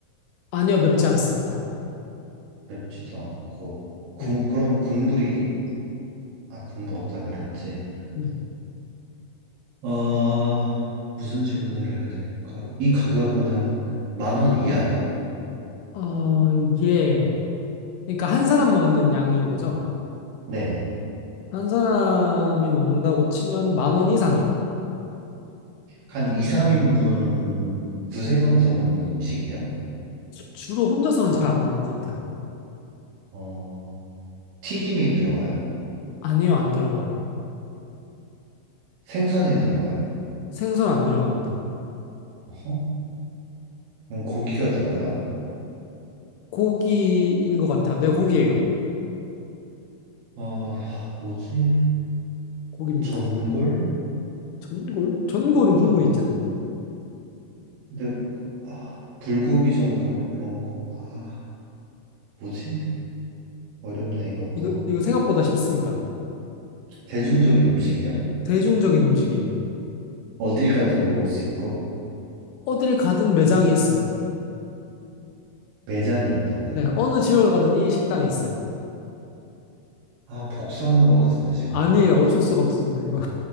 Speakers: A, on the left (about 80°); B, on the right (about 85°).
A: 아니요, 맵지 않습니다.
B: 맵지도 않고. 국,
A: 네.
B: 그럼 국물이, 아, 국물 없다 그랬지.
A: 네.
B: 어, 무슨 질문을 해야 될까? 이 가격은 한 만 원 이하예요?
A: 어, 예 그러니까 한 사람 먹는 양인 거죠.
B: 네.
A: 한 사람이 먹는다고 치면 만 원 이상이에요.
B: 한 2, 3인분 두세 명이서 먹는 음식이요?
A: 주로 혼자서는 잘 안 먹는 것 같아요.
B: 어, 튀김이 들어가요?
A: 아니요, 안 들어가요.
B: 생선이 들어가요?
A: 생선 안 들어갑니다.
B: 어허? 그럼 고기가 들어가요?
A: 고기인 것 같아요. 네, 고기예요.
B: 어, 뭐지?
A: 고기입니다,
B: 전골?
A: 고기. 전골? 전골은 국물이 있잖아요.
B: 근데, 아, 불고기 전골 그런 거? 아, 뭐지? 어렵네, 이것도.
A: 이거, 이거 생각보다 쉽습니다.
B: 대중적인 음식이야?
A: 대중적인 음식이에요.
B: 어딜 가든 먹을 수 있고?
A: 어딜 가든 매장이 있어요.
B: 매장이 있다고요?
A: 네, 어느 지역을 가든 이 식당이 있어요.
B: 아, 복수하는 것 같은데, 지금?
A: 아니에요, 없을 수가 없습니다, 이거.